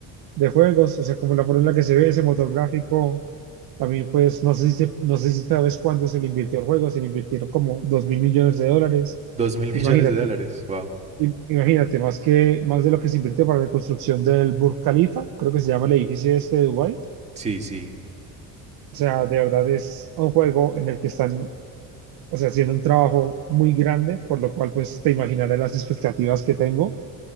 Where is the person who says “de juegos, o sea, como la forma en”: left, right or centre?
Right